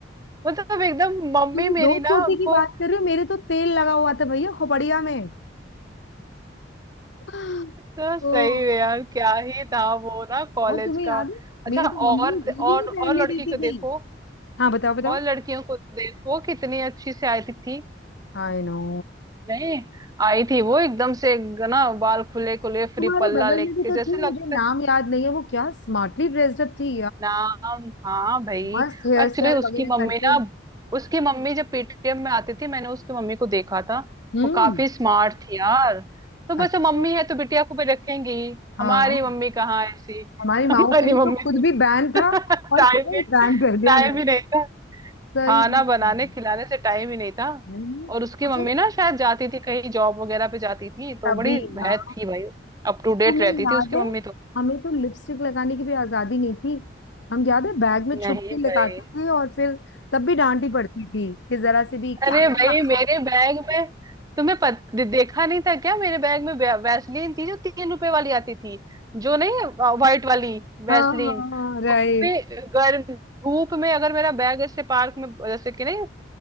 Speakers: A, on the right (about 20°); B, on the left (about 75°).
A: मतलब एकदम मम्मी
B: तुम
A: मेरी
B: दो छोटे
A: ना उनको
B: की बात
A: <laughs>
B: कर रहे हो मेरे तो तेल लगा हुआ था भैया खोपड़िया में <laughs>
A: तो सही
B: ओ,
A: है यार क्या ही था वो ना कॉलेज
B: और तुम्हें याद
A: का
B: है
A: अच्छा
B: मेरी
A: और
B: तो मम्मी ये
A: और
B: भी नहीं पहनने
A: और लड़की
B: देती
A: को देखो
B: थी हाँ बताओ बताओ
A: और लड़कियों को देखो कितनी अच्छी से आई थी
B: I know
A: नहीं आई थी वो एकदम से ना बाल खुले खुले फ्री
B: तुम्हारे
A: पल्ला
B: बगल
A: लेके
B: में भी तो
A: जैसे
B: थी
A: लगता
B: मुझे नाम याद नहीं है वो क्या स्मार्टली ड्रेस्ड अप थी
A: नाम हाँ भाई
B: मस्त हेयर
A: एक्चुअली
B: स्टाइल
A: उसकी
B: वगैरह
A: मम्मी
B: करके
A: ना उसकी मम्मी जब पेटीएम में आती थी मैंने उसकी मम्मी को देखा था
B: हम्म
A: वो काफी स्मार्ट थी यार तो बस
B: अच्छा
A: वो मम्मी है तो बिटिया को भी रखेंगी
B: हाँ
A: हमारी मम्मी कहाँ ऐसी
B: हमारी
A: <laughs> हमारी
B: माओ के लिए
A: मम्मी
B: तो खुद
A: तो
B: भी बैन था
A: <laughs>
B: और
A: टाइम
B: हमें
A: ही
B: बैन कर दिया
A: टाइम
B: उन्होंने
A: ही नहीं था
B: सही
A: खाना बनाने
B: में।
A: खिलाने से टाइम ही नहीं था
B: नहीं,
A: और उसकी
B: मुझे
A: मम्मी ना शायद जाती थी कहीं जॉब वगैरह पे जाती थी तो
B: तभी
A: बड़ी
B: ना
A: है थी भाई अप टू डेट
B: तुम्हें
A: रहती थी
B: याद
A: उसकी
B: है
A: मम्मी तो
B: हमें तो लिपस्टिक लगाने की भी आजादी नहीं थी हम याद है बैग में छुप
A: नहीं
B: के लगाते
A: भाई
B: थे और फिर तब भी डांटी पड़ती थी कि जरा से भी
A: अरे
B: क्या
A: भाई
B: कर रखा
A: मेरे
B: है
A: बैग में तुम्हें पत, दे- देखा नहीं था क्या मेरे बैग में वै- वैसलीन थी जो तीन रुपए वाली आती थी जो नहीं व्हाइट वाली वैसलीन
B: हाँ हाँ रहे
A: वो भी गर्म धूप में अगर मेरा बैग ऐसे पार्क में जैसे कि नहीं